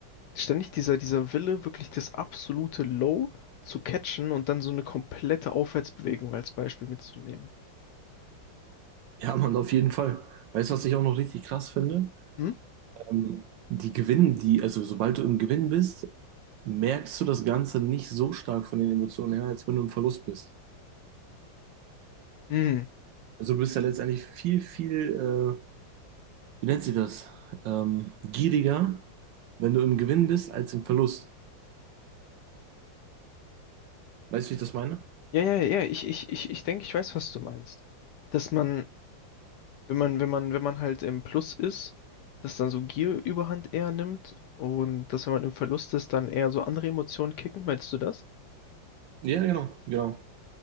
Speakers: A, on the left; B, on the right.
A: Ständig dieser, dieser Wille, wirklich das absolute Low zu catchen und dann so eine komplette Aufwärtsbewegung als Beispiel mitzunehmen.
B: Ja, Mann, auf jeden Fall. Weißt du, was ich auch noch richtig krass finde?
A: Hm?
B: Ähm, die Gewinnen, die, also sobald du im Gewinn bist, merkst du das Ganze nicht so stark von den Emotionen her, als wenn du im Verlust bist.
A: Mhm.
B: Also du bist ja letztendlich viel, viel äh, wie nennt sie das? Ähm, gieriger, wenn du im Gewinn bist, als im Verlust. Weißt du, wie ich das meine?
A: Ja, ja, ja, ich, ich, ich, ich denke, ich weiß, was du meinst. Dass man, wenn man, wenn man, wenn man halt im Plus ist, dass dann so Gier überhand eher nimmt und dass, wenn man im Verlust ist, dann eher so andere Emotionen kicken, meinst du das?
B: Ja, genau, genau.